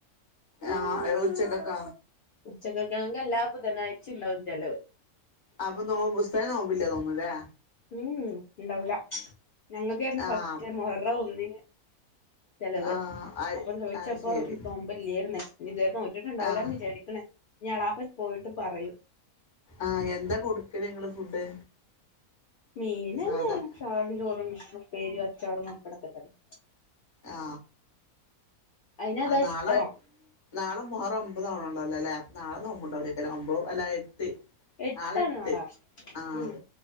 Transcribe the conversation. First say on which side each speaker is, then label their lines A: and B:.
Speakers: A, on the left; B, on the left.
A: ആഹ ഉച്ചകക്ക
B: ഉച്ചക്കൊക്കെണെങ്കിൽ എല്ലാ ബുധനാഴ്ച ഉണ്ടാവും ചെിലവ്
A: അപ്പൊ നോമ്പ ഉസ്താ ദിന നോമ്പില്ലേ തോന്നുന്നല്ലേ
B: ഉംഉം ഉണ്ടാവല ഞങ്ങൾക്കർന്നു
A: ആഹ്
B: ഫസ്റ്റ് മുഹറം ഒന്നിന് ചെലവ്
A: ആഹ് അത്
B: അപ്പം ചോദിച്ചപ്പോൊ
A: അത് ശരി
B: നോമ്പല്ലരുന്ന ഇീതുോവരെ നോറ്റ് ട്ടുണ്ടാവൂലന്ന്
A: ആഹ്
B: വിചാരിക്കണ ഞാളാപ്പ പോയിട്ട് പറയു
A: ആഹ എന്താ കൊടുക്കല് നിങ്ങള് ഫുഡ്
B: മീനന്നെ
A: സാധാ
B: ചാറും ചോറും മീ പേരിും അച്ചാറും പപ്പടകോതന്നെ
A: ആ
B: അയിനതാ
A: ആ നാളെ
B: ഇഷ്ടം
A: നാളെ മുഹറ ഒമ്പത് ആവണലോ ലേ നാള നോബു ഉണ്ടാവൂലേക്കാരം ക്കമ്പോ അല്ല ട്ട്
B: എട്ടാണ്
A: നാളെട്ട്
B: ആള്
A: ആഹ്
B: ഉം